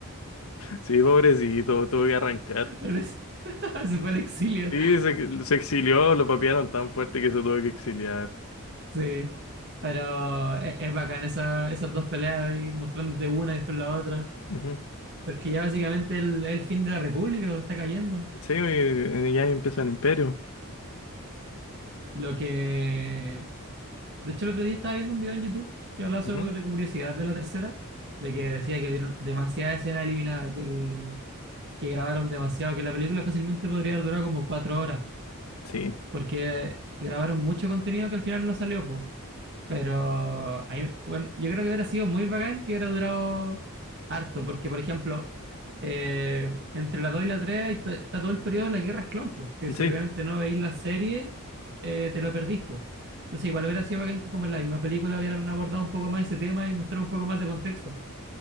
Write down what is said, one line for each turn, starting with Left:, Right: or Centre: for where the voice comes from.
Left: sí, pobrecito, tuve que arrancar.
Right: Pero es- <laughs> se fue al exilio.
Left: Sí, se, se exilió, lo papearon tan fuerte que se tuvo que exiliar.
Right: Sí, pero es, es bacán esa, esas dos peleas y mostrándote una y después la otra.
Left: Ujú.
Right: Porque ya básicamente el, el fin de la República está cayendo.
Left: Sí, eh, ya empieza el imperio.
Right: Lo que De hecho, el otro día estaba viendo un video en YouTube que hablaba sobre
Left: Ujú.
Right: curiosidad de la tercera, de que decía que vieron demasiada escena eliminada, que, el, que grabaron demasiado, que la película fácilmente podría haber durado como cuatro horas,
Left: Sí,
Right: porque grabaron mucho contenido que al final no salió, po. Pero ahí- bueno, yo creo que hubiera sido muy bacán que hubiera durado harto, porque por ejemplo, eh, entre la 2 y la 3 hay to- está todo el periodo de las guerras clon, po, que si
Left: sí,
Right: obviamente no veis la serie, eh, te lo perdís, po. Entonces igual hubiera sido bacán que como en la misma película hubieran abordado un poco más ese tema y mostrar un poco más de contexto.